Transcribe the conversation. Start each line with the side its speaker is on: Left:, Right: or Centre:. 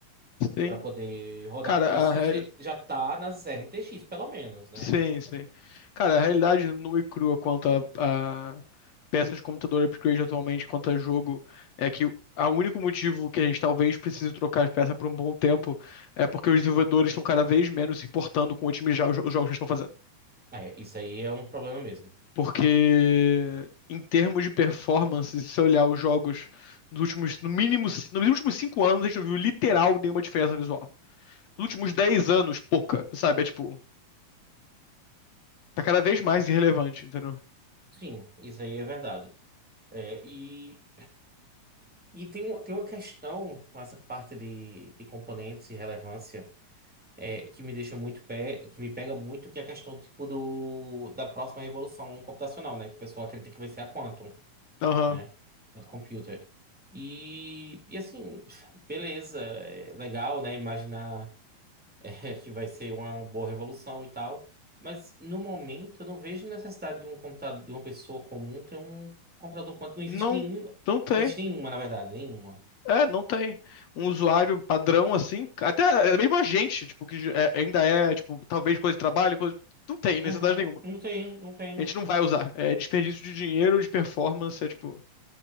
Left: Sim.
Centre: Pra poder rodar.
Left: Cara,
Centre: Isso
Left: a real-
Centre: você já tá nas RTX, pelo menos, né?
Left: Sim, sim. Cara, a realidade nua e crua quanto a, a peças de computador upgrade atualmente, quanto a jogo, é que o a único motivo que a gente talvez precise trocar as peças por um bom tempo é porque os desenvolvedores estão cada vez menos se importando com otimizar os, jo- os jogos que eles estão fazendo.
Centre: É, isso aí é um problema mesmo.
Left: Porque, em termos de performance, se você olhar os jogos nos últimos, no mínimo, nos últimos cinco anos, a gente não viu literal nenhuma diferença visual. Nos últimos 10 anos, pouca, sabe? É tipo, tá cada vez mais irrelevante, entendeu?
Centre: Sim, isso aí é verdade. É, e e tem, um, tem uma questão com essa parte de, de componentes e relevância é, que me deixa muito pé, que me pega muito, que é a questão tipo do, da próxima revolução computacional, né? Que o pessoal acredita que vai ser a Quantum,
Left: Aham.
Centre: né? Quantum Computer. E, e assim, beleza, é legal, né? Imaginar. <laughs> é, que vai ser uma boa revolução e tal. Mas no momento eu não vejo necessidade de um computador, de uma pessoa comum ter um computador quanto. Não existe
Left: Não,
Centre: nenhum. Não
Left: não tem.
Centre: existe nenhuma, na verdade, nenhuma.
Left: É, não tem. Um usuário padrão assim, até é mesmo a gente, tipo, que é- ainda é, tipo, talvez coisa de trabalho, coisa... não tem necessidade
Centre: Uhum,
Left: nenhuma.
Centre: não tem, não tem.
Left: A gente não vai usar. É desperdício de dinheiro, de performance, é tipo,